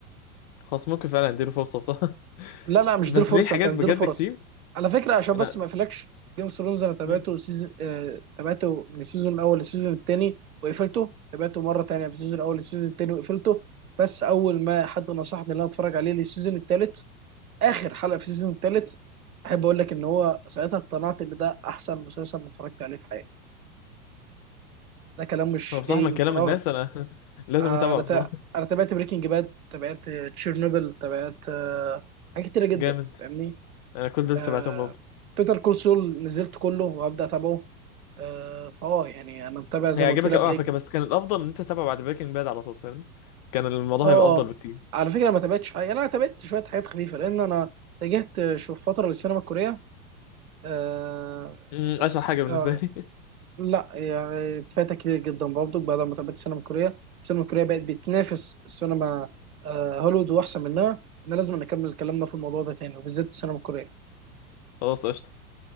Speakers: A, on the left; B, on the right.
A: خلاص ممكن فعلا اديله فرصة بصراحة
B: لا لا مش
A: <laughs> بس
B: دي الفرصه
A: في حاجات
B: انت هتديله
A: بجد
B: فرص
A: كتير
B: على فكره عشان
A: انا
B: بس ما اقفلكش جيم اوف ثرونز انا تابعته
A: مم.
B: سيزون آه تابعته من السيزون الاول للسيزون الثاني وقفلته تابعته مره ثانيه من السيزون الاول للسيزون الثاني وقفلته بس اول ما حد نصحني ان انا اتفرج عليه للسيزون الثالث اخر حلقه في السيزون الثالث احب اقول لك ان هو ساعتها اقتنعت ان ده احسن مسلسل أنا اتفرجت عليه في حياتي ده كلام مش
A: هو بصراحة
B: جاي
A: من
B: من
A: كلام
B: فراغ
A: الناس انا <laughs> لازم
B: آه،
A: اتابعه
B: انا
A: بصراحة
B: تا... انا تابعت بريكنج باد تابعت تشيرنوبل تابعت آه، حاجات كتيره جدا
A: جامد
B: فاهمني
A: انا كل دول
B: آه،
A: سمعتهم برضه
B: بيتر كول سول نزلت كله وهبدا اتابعه آه، فاه يعني انا متابع زي
A: هيعجبك
B: ما قلت لك
A: قوي
B: جاي
A: على فكره بس كان الافضل ان انت تتابعه بعد بريكنج باد على طول فاهمني كان الموضوع
B: اه
A: هيبقى افضل بكتير
B: على فكره ما تابعتش حاجه يعني انا تابعت شويه حاجات خفيفه لان انا اتجهت آه، شوف فتره للسينما الكوريه آه،
A: امم
B: بس
A: اسوء حاجه بالنسبه
B: آه،
A: لي
B: لا يعني اتفاتها كتير جدا برضو بعد ما تابعت السينما الكورية السينما الكورية بقت بتنافس السينما آه، هوليوود وأحسن منها احنا لازم نكمل كلامنا في الموضوع ده تاني وبالذات السينما الكورية
A: <laughs> خلاص قشطه